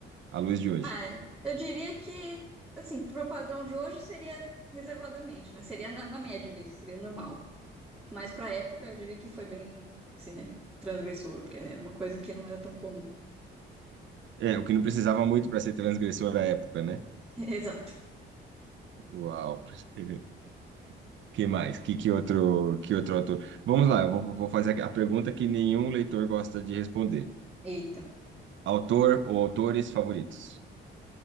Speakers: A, on the right (about 70°); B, in the centre.
A: à luz de hoje?
B: Ah, eu diria que, assim, pro padrão de hoje seria reservadamente, né? Seria na, na média ali, seria normal. Mas pra época eu diria que foi bem, assim, né? Transgressor, porque era uma coisa que não era tão comum.
A: É, o que não precisava muito para ser transgressor à época, né?
B: <laughs> Exato.
A: Uau. <laughs> Que mais? Que, que outro, que outro autor? Vamos lá, eu vou, vou fazer a pergunta que nenhum leitor gosta de responder.
B: Eita.
A: Autor ou autores favoritos?